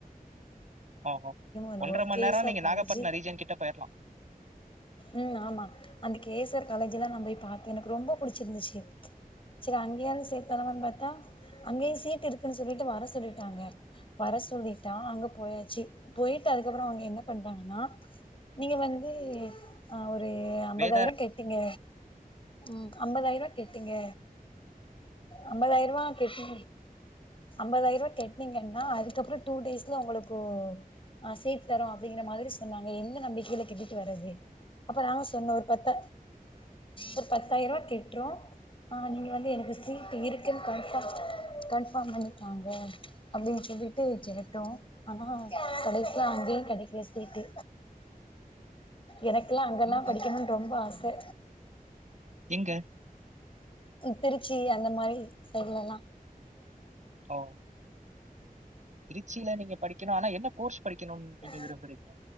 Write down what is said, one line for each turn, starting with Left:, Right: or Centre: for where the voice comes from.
Right: ஆ ஓ
Left: என்னவோ
Right: ஒன்றரை மணி
Left: கே
Right: நேரம்
Left: எஸ்
Right: நீங்க
Left: ஆர் காலேஜு
Right: நாகப்பட்டினம் ரீஜன் கிட்ட போய்ரலாம்
Left: ம் ஆமா அந்த கே எஸ் ஆர் காலேஜ் எல்லாம் நான் போய் பார்த்தேன் எனக்கு ரொம்ப பிடிச்சிருந்துச்சு செரி அங்கேயாவது சேர்த்தாலாப்ன்னு பார்த்தா அங்கேயும் சீட் இருக்குன்னு சொல்லிட்டு வர சொல்லிட்டாங்க வர சொல்லிட்டா அங்க போயாச்சு போயிட்டு அதுக்கப்புறம் அவுங்க என்ன பண்டாங்கன்னா நீங்க வந்து ஆ ஒரு ஐம்பதாயிரம்
Right: வேதார
Left: கெட்டிங்க ம் ஐம்பதாயிரம் கெட்டீங்க ஐம்பதாயிரம் ரூவா கெட்டு ஐம்பதாயிரம் ரூவா கெட்டனீங்கன்னா அதுக்கப்புறம் டூ டேஸ்ல உங்களுக்கு ஆ சீட் தரும் அப்படிங்கற மாதிரி சொன்னாங்க எந்த நம்பிக்கையில கெட்டிட்டு வர்றது அப்ப நாங்க சொன்னோம் ஒரு பத்த ஒரு பத்தாயிரம் ரூவாய கெட்டுறோம் ஆ நீங்க வந்து எனக்கு சீட்டு இருக்குன்னு கன்ஃபார்ம் பண்ணிட்டாங்க அப்படின்னு சொல்லிட்டு கேட்டோம் ஆனா கடைசில அங்கேயும் கெடைக்கல சீட்டு எனக்குக்கெல்லாம் அங்கெல்லாம்
Right: இல்ல
Left: படிக்கணும்னு ரொம்ப ஆசை
Right: எங்க
Left: திருச்சி அந்த மாதிரி சைடுலல்லாம்
Right: ஓ திருச்சியில நீங்க படிக் கனும் ஆனா என்ன கோர்ஸ் படிக்கணும்னு நீங்க
Left: ஆ
Right: விரும்புறீங்க